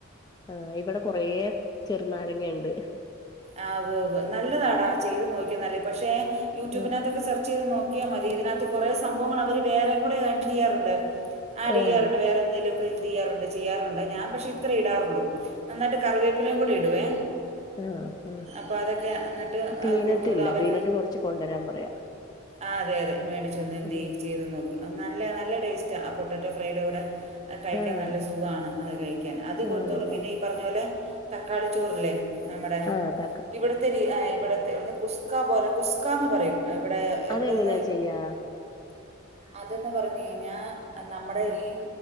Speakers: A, on the left (about 20°); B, on the right (about 30°).
A: ആ ഇവടെ കൊറേ ചെർനാരങ്ങ ഇണ്ട്
B: ആ ഉവ്വ് വ്വ് നല്ലതാടാ ചെയ്ത് നോക്കിയുന്നല്ലേ പക്ഷെ യൂട്യൂബിനകത്തൊക്കെ
A: ആഹ്
B: സെർച്ച് ചെയ്ത് നോക്കിയാ മതി ഇതിനകത്ത് കോറെ സംഭവങ്ങള് അവര് വേറെയും കൂടെ എന്തയ്യാറുണ്ട് ആഡ്
A: ആഹ്
B: ചെയ്യാറുണ്ട് വേറെ എന്തെലൊക്കെ എന്ത് ചെയ്യാറുണ്ട് ചെയ്യാറുണ്ട് ഞാൻ പക്ഷെ ഇ ത്രയേ ഇടാറുള്ളൂ നന്നായിട്ട് കറിവേപ്പിലേയും കൂടെ ഇടുവേ
A: ആഹ് ആഹ്
B: അപ്പൊ അതൊക്കെ അന്ന്ട്ട്
A: പീനട്ട്
B: അത് കൊടുത്തു
A: ഇല്ല
B: വിടും അവര്ക്ക്
A: പീനട്ട് കൊറച്ച് കൊണ്ടുവരാൻ പറയാം
B: ആ അതെ അതെ മേടിച് ഒന്ന് എന്തയ്
A: ആഹ്
B: ചെയ്തു നോക്ക് നല്ല നല്ല ടേസ് ക്ക ആ പൊട്ടറ്റൊ ഫ്രെയിടെ കൂടെ കഴിക്കാൻ
A: ആഹ്
B: നല്ല സുഖാണ് അത് കഴിക്കാൻ അത് കൊടുത്തുവിടും
A: ആണല്ലേ
B: പിന്നെ ഈ പറഞ്ഞ പോലെ തക്കാളി ചോറ്ല്ലേ നമ്മടെ
A: ആ ത
B: ഇവട്ത്തെ രീ ആ ഇവടത്തെ ഒ കുസ്കാ പോലെ കുസ്കാന്ന് പറയും എവടെ എവടെന്ന്
A: അതെങ്ങനെയാ ചെയ്യാ
B: അതന്ന് പറഞ് കഴിഞ്ഞാ നമ്മടെ
A: ഉം
B: ഈ